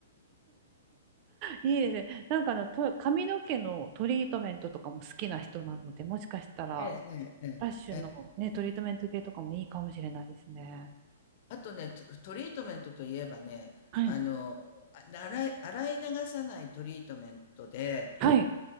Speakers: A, on the right; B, on the left.
A: いいですね。なんかあの、と、髪の毛のトリートメントとかも好きな人なので、もしかしたら、
B: ええ、ええ、ええ。
A: ラッシュのね、トリートメント系とかもいいかもしれないですね。
B: あとね、トトリートメントといえばね、
A: はい。
B: あの、あ洗い、洗い流さないトリートメントで、
A: はい。